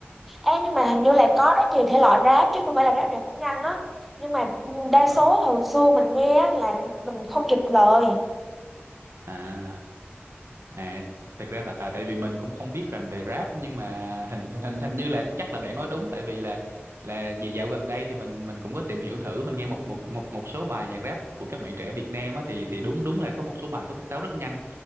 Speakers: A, in the centre; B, on the right (about 75°).
A: Ê, nhưng mà hình như là có rất nhiều thể loại rap chứ không phải là rap nào cũng nhanh á nhưng mà đa
B: Ờ,
A: số hồi xưa mình nghe á là mình không kịp lời
B: à à thực ra tại tại tại vì mình cũng không biết rành về rap nhưng mà hình hình hình hình như là chắc là bạn nói đúng tại vì là là dạo dạo gần đây thì mình mình cũng có tìm hiểu thử mình nghe một một một một số bài nhạc rap của các bạn trẻ Việt Nam á thì thì đúng đúng là có một số bài có tiết tấu rất nhanh